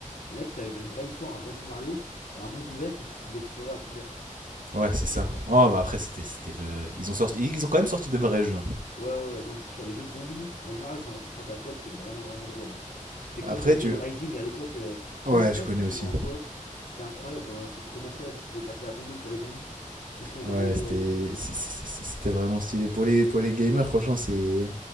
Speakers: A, on the left; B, on the right.
A: Et là, tu avais une vraie histoire, un vrai scénario et un monde ouvert que tu pouvais explorer à plusieurs.
B: Ouais, c'est ça.
A: Tu vois.
B: Non, bah après, c'était c'était le... Ils ont, sorti... Ils ont quand même sorti de vrais jeux. hein.
A: Ouais, ouais, ouais, non, mais c'est sûr. Les jeux de zombies, en général, ça, pour faire de la coop, c'est vraiment, vraiment drôle. hein. C'était
B: Après,
A: comme euh,
B: tu.
A: Dead Rising à l'époque. euh, tu
B: Ouais,
A: vois, je sais pas
B: je connais
A: si tu pouvais
B: aussi.
A: jouer en coop. C'était incroyable. Dans un centre commercial, là, tu pouvais passer la tondeuse sur les zombies. Qu'est-ce qu'on rigolait
B: Ouais, c'était
A: là-dessus.
B: c'est- c'est- c'est- c'était vraiment stylé. Pour les, pour
A: Euh,
B: les gamers, franchement, c'est-